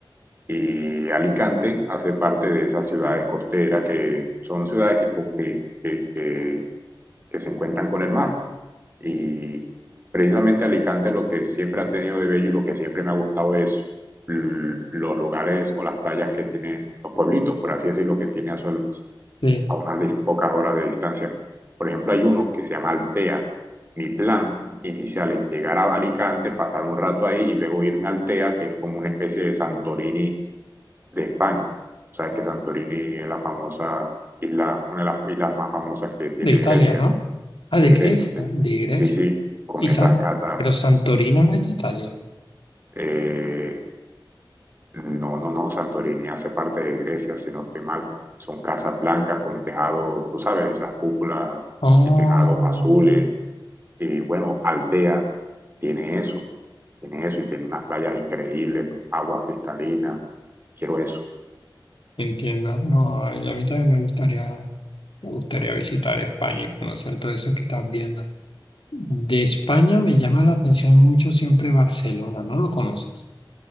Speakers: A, on the right; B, on the left.
A: y Alicante hace parte de esas ciudades costeras que son ciudades que, como que, que, que que se encuentran con el mar. Y precisamente Alicante lo que siempre ha tenido de bello y lo que siempre me ha gustado es los lugares o las playas que tienen los pueblitos, por así decirlo, que tiene a, su,
B: de,
A: a unas pocas horas de distancia. Por ejemplo, hay uno que se llama Altea. Mi plan inicial es llegar a Alicante, pasar un rato ahí y luego irme a Altea, que es como una especie de Santorini de España. Sabes que Santorini es la famosa isla, una de las islas más famosas que tiene
B: de Italia,
A: Grecia
B: ¿no? Ah,
A: de
B: de
A: Grecia,
B: Grecia,
A: sí.
B: de Grecia.
A: Sí, sí, con
B: Y
A: esas
B: San,
A: catas.
B: pero Santorino no es de Italia.
A: eh, no, no, no, Santorini hace parte de Grecia, si no estoy mal. Son casas blancas con tejado, tú sabes, esas cúpulas
B: Oh.
A: y tejados azules. Y bueno, Altea tiene eso, tiene eso y tiene unas playas increíbles, aguas cristalinas. Quiero eso.
B: Entiendo. No, a mí también me gustaría, me gustaría visitar España y conocer todo eso que estás viendo. De España me llama la atención mucho siempre Barcelona, ¿no lo conoces?